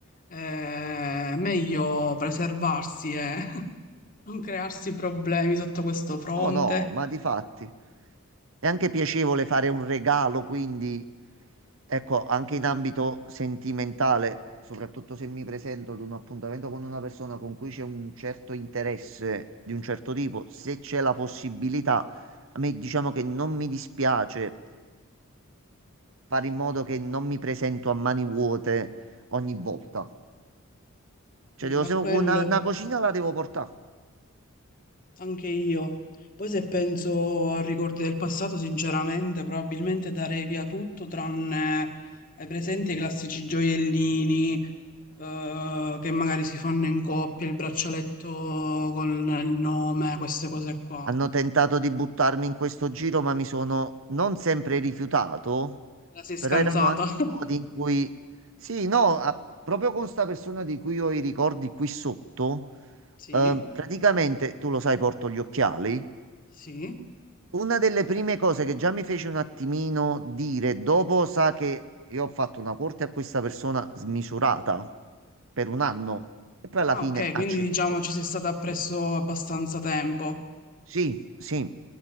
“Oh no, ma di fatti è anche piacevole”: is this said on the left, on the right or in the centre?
Right